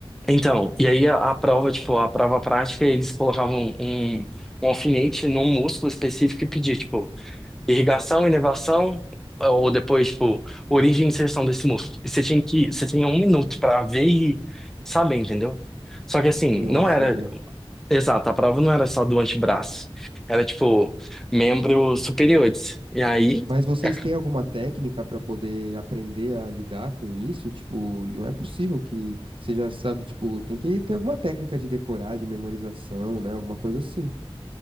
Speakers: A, in the centre; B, on the right.
A: Então, e aí a, a prova, tipo, a prova prática, eles colocavam um, um alfinete num músculo específico e pedia, tipo, irrigação, inervação, ou depois, tipo, origem e inserção desse músculo. E você tinha que, você tinha um minuto pra ver e saber, entendeu? Só que assim,
B: Nossa,
A: não era,
B: velho.
A: exato, a prova não era só do antebraço, era, tipo, membros superiores. E aí,
B: Mas vocês
A: é,
B: têm alguma técnica pra poder aprender a lidar com isso? Tipo, não é possível que você já sabe, tipo, tem que ter alguma técnica de decorar, de memorização, né? Alguma coisa assim.